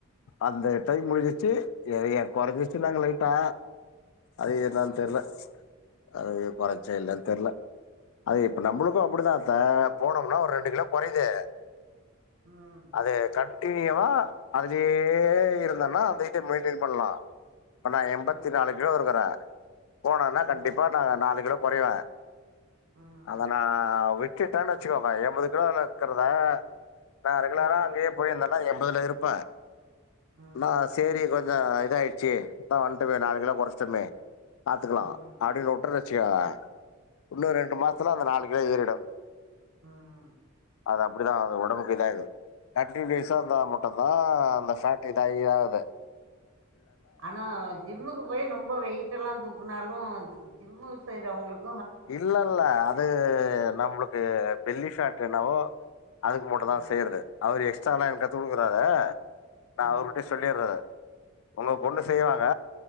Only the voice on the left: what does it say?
அந்த டைம் முடிஞ்சிச்சு குறைஞ்சிச்சு நாங்க லலைட்டா அது என்னான்
தெர்ல அது குறைஞ்சா இல்லன்னு தெர்ல அது இப்ப நம்மளுக்கு அப்டித்தான்த்த போனோம்னா ஒரு ரெண்டு கிலோ குறையுது
அது கட் ட்டியவ அதுலயே இருந்தன்னா அந்தயிட்ட மெயின்டென் பண்ணலா ப்ப நா என்பத்து
நாலு கிலோ இருக்றே போனோனா
கண்டிப்பா நா நாலு கிலோ கொரைவ
அதன விட் விட்டேன்னு வச்சுக்கோங்க எம்பது கிலோல இருக்கறதா நா ரெகுலரா
அங்கேயே போயிருந்தேனா எம் முதல்ல இருப்ப
மா சேரி கொஞ் ஞ்ச இதாயிடுச்சு அதா வந்துட்டுமே நாலு கிலோ குறேச்சுடுமே பாத்துக்லா
அப்டின்னு வுட்டுரு சியோங்க இன்னு ரெண்டு மாஸ்த்தல அந்த நாலு இன்னோ ஏரிடு
அது அப்டிதா ஆகு ஓடம்புக்கு இதாயிரு தேட்டீன் டேஸ்சா இருந்தா மட்டுந்தா அந்த ஃபேட் இதாயி ஆகுதுல
இல்ல இல்ல அது நம்ளுக் கு பெல்லி ஃபேட் என்னவோ அதுக்கு மட்டுந்தா
செய்ருது அவரு எக்ஸ் ஸ்ட்ரால எனக்கு கத்து குடுக்குறாரே நா
அவுருகிட்டே சொல்லியறே உங்க பொண்ணு
செய்வாங்க